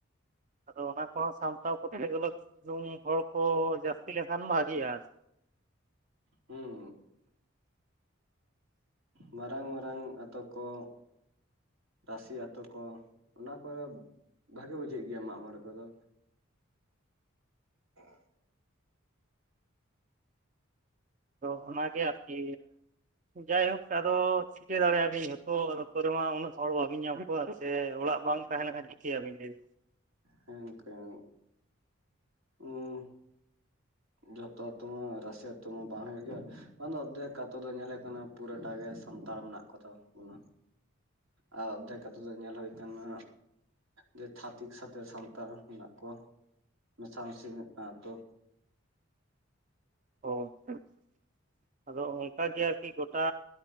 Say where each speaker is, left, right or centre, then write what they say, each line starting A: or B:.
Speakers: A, on the right; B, on the right.
A: ᱟᱫᱚ ᱚᱱᱟ ᱠᱚᱦᱚᱸ ᱥᱟᱢᱴᱟᱣ ᱠᱚᱛᱮ ᱜᱮᱞᱚ ᱦᱚᱲ ᱠᱚ ᱡᱟᱹᱥᱛᱤ ᱞᱮᱱ ᱠᱷᱟᱱ ᱵᱷᱟᱜᱤᱼᱟ
B: ᱦᱩᱸ ᱢᱟᱨᱟᱝ ᱢᱟᱨᱟᱝ ᱟᱛᱳ ᱠᱚ ᱨᱟᱥᱤ ᱟᱛᱳ ᱠᱚ ᱚᱱᱟ ᱠᱚᱨᱮ ᱵᱷᱟᱜᱮ ᱵᱩᱡᱷᱟᱹᱜ ᱜᱮᱭᱟ ᱢᱟᱜ ᱢᱚᱬᱮ ᱠᱚᱫᱚ᱾ <unintelligible>
A: ᱟᱫᱚ ᱚᱱᱟᱜᱮ ᱟᱨᱠᱤ ᱡᱟᱭᱦᱳᱠ ᱟᱫᱚ ᱪᱤᱠᱟᱹ ᱫᱟᱲᱮᱭᱟᱜᱼᱟᱵᱤᱱ ᱡᱚᱛᱚ ᱟᱛᱳ ᱨᱮᱢᱟ ᱩᱱᱟᱹᱜ ᱦᱚᱲ ᱵᱟᱹᱵᱤᱱ ᱧᱟᱢ ᱠᱚᱣᱟ ᱥᱮ ᱚᱲᱟᱜ ᱵᱟᱝ ᱛᱟᱦᱮᱸ ᱞᱮᱱᱠᱷᱟᱱ ᱪᱤᱠᱟᱹᱭᱟᱵᱤᱱ ᱞᱟᱹᱭ ᱵᱤᱱ
B: ᱦᱮᱠ ᱦ <unintelligible> ᱡᱷᱚᱛᱚ ᱟᱛᱳ ᱢᱟ ᱨᱟᱥᱮ ᱟᱛᱳ ᱢᱟ ᱵᱟᱝ ᱦᱩᱭᱩᱜ ᱜᱮᱭᱟ ᱵᱟᱝ ᱚᱨᱫᱷᱮᱠ ᱟᱛᱳ ᱫᱚ ᱧᱮᱞᱚᱜ ᱠᱟᱱᱟ ᱯᱩᱨᱟᱹᱴᱟ ᱜᱮ ᱥᱟᱱᱛᱟᱲ ᱢᱮᱱᱟᱜ ᱠᱚᱛᱟ ᱵᱚᱱᱟ ᱟᱨ ᱚᱫᱷᱮᱠ ᱟᱛᱳ ᱫᱚ ᱧᱮᱞ ᱦᱳᱭ ᱠᱟᱱᱟ ᱡᱮ ᱪᱷᱟᱛᱤᱠ ᱥᱟᱛᱮ ᱥᱟᱱᱛᱟᱲ ᱢᱮᱱᱟᱜ ᱠᱚᱣᱟ ᱢᱮᱥ ᱢᱮᱥᱤ ᱢᱤᱫᱴᱟᱝ ᱟᱛᱳ
A: ᱚ <unintelligible> ᱟᱫᱚ ᱚᱱᱠᱟᱜᱮ ᱟᱨᱠᱤ ᱜᱚᱴᱟ